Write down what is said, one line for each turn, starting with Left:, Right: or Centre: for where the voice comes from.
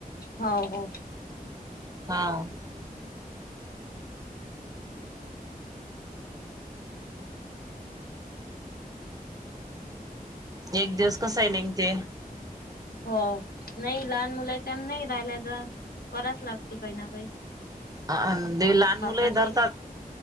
Left: हो हो.
Right: हां. एक दिवस कसाही निंघते.
Left: हो नाही लहान मुलाच्या नाही राहिला जात, कराच लागते काही ना काही.
Right: अ ते लहान
Left: भाकरची
Right: मुलंही धरतात?